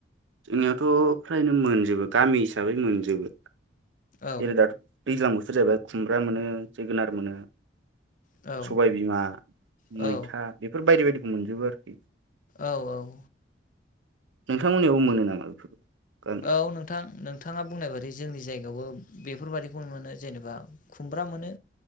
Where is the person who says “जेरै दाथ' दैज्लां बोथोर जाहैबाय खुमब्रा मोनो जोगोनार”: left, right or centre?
Right